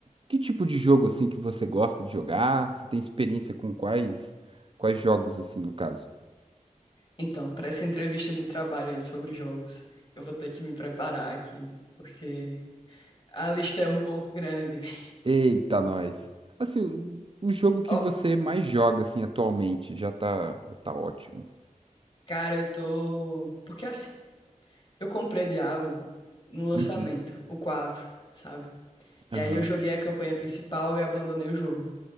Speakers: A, on the right; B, on the left.
A: Que tipo de jogo assim que você gosta de jogar? Você tem experiência com quais quais jogos assim, no caso?
B: Então, para essa entrevista de trabalho aí sobre jogos, eu vou ter que me preparar aqui, porque a lista é um pouco grande. <laughs>
A: Eita, nós. Assim, o o jogo que
B: Ó,
A: você mais joga assim atualmente já tá já tá ótimo.
B: cara, eu tô. Porque assim, eu comprei Diablo no lançamento,
A: Uhum.
B: o 4, sabe? E
A: Aham.
B: aí eu joguei a campanha principal e abandonei o jogo.